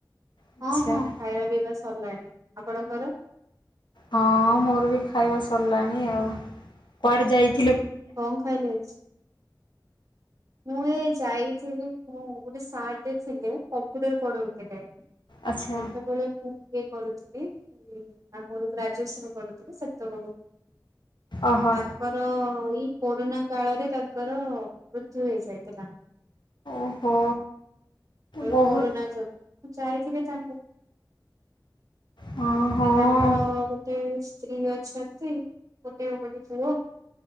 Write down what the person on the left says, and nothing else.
ଆଚ୍ଛା
ହଁ ମୋର ବି ଖାଇବା ସରିଲାଣି ଆଉ। କୁଆଡେ ଯାଇ
ଆଚ୍ଛା
ଓହୋ
ଓହୋ
ବହୁତ
ହଁ
ହଁ